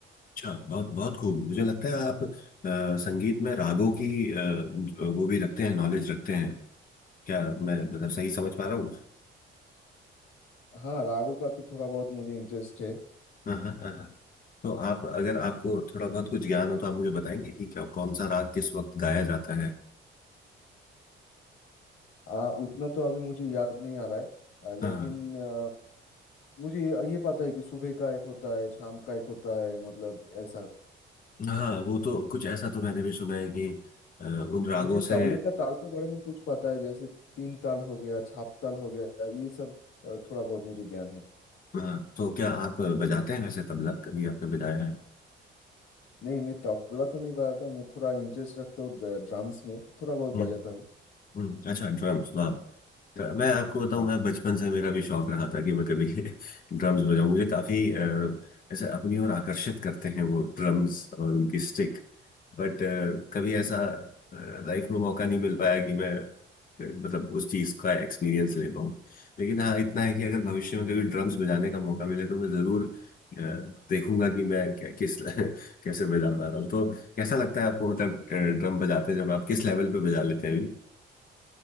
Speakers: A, on the left; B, on the left.
A: अच्छा बहुत बहुत खूब मुझे लगता है आप अ, संगीत में रागों की अ, वो भी रखते हैं नॉलेज रखते हैं क्या मैं मतलब सही समझ पा रहा हूँ
B: हाँ रागों का तो थोड़ा बहुत मुझे इंटरेस्ट है
A: हाँ हाँ हाँ हाँ। तो आप अगर आपको थोड़ा बहुत कुछ ज्ञान हो तो आप मुझे बताएंगे कि क्या कौन सा राग किस वक्त गाया जाता है
B: आ, उतना तो अभी मुझे याद नहीं आ रहा है आ, लेकिन
A: हाँ
B: आ, मुझे ये ये पता है कि सुबह का एक होता है शाम का एक होता है मतलब ऐसा
A: हाँ वो तो कुछ ऐसा तो मैंने भी सुना है कि अ, उन रागों
B: मुझे
A: से
B: तबले का ताल के बारे में कुछ पता है जैसे तीन ताल हो गया छाप ताल हो गया ये सब आ, थोड़ा बहुत मुझे ज्ञान है
A: हाँ तो क्या आप बजाते हैं वैसे तबला कभी आपने बजाया है
B: नहीं मैं तबला तो नहीं बजाता मैं थोड़ा इंटरेस्ट रखता हूँ ड्रम्स में थोड़ा बहुत
A: हम्म
B: बजाता हूँ
A: हम्म, अच्छा ड्रम्स वाह तो मैं आपको बताऊं
B: हाँ
A: मैं बचपन से मेरा भी शौक रहा था कि मैं कभी <laughs> ड्रम्स बजाऊं मुझे काफी अ, ऐसे अपनी ओर आकर्षित करते हैं वो ड्रम्स और उनकी स्टिक बट कभी ऐसा लाइफ में मौका नहीं मिल पाया कि मैं अ, मतलब उस चीज का एक्सपीरियंस ले पाऊँ लेकिन हाँ इतना है कि अगर भविष्य में कभी ड्रम्स बजाने का मौका मिले तो मैं जरूर अ, देखूंगा कि मैं कै- किस <laughs> कैसे बजा पा रहा हूँ तो कैसा लगता है आपको मतलब ड्रम बजाते हैं जब आप किस लेवल पे बजा लेते हैं अभी